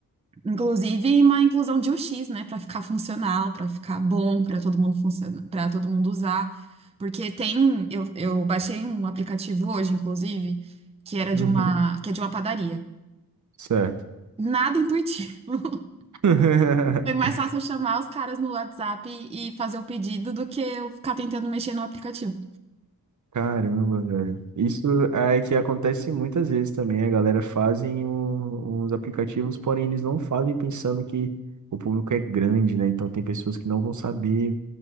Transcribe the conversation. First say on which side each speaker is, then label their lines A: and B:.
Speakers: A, on the right; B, on the right.
A: Inclusive uma inclusão de UX, né, para ficar funcional, para ficar bom, para todo mundo funcionar, para todo mundo usar. Porque tem, eu, eu baixei um aplicativo hoje, inclusive, que era
B: Uhum.
A: de uma, que é de uma padaria.
B: Certo.
A: Nada intuitivo. <laughs>
B: <laughs>
A: Foi mais fácil eu chamar os caras no WhatsApp e fazer o pedido do que eu ficar tentando mexer no aplicativo.
B: Caramba, velho. Isso é que acontece muitas vezes também. A galera fazem um- uns aplicativos, porém eles não fazem pensando que o público é grande, né? Então tem pessoas que não vão saber